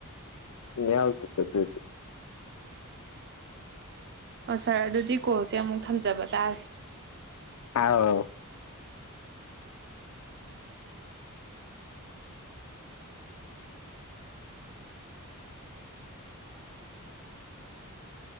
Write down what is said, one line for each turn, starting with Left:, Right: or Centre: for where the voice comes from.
Left: ꯌꯥꯎꯗꯦꯗ ꯑꯗꯨꯏꯗꯤ
Right: ꯑꯣ ꯁꯥꯔ ꯑꯗꯨꯗꯤ ꯀꯣꯜꯁꯦ ꯑꯃꯨꯛ ꯊꯝꯖꯕ ꯇꯥꯔꯦ <inaudible>
Left: ꯍꯥꯎ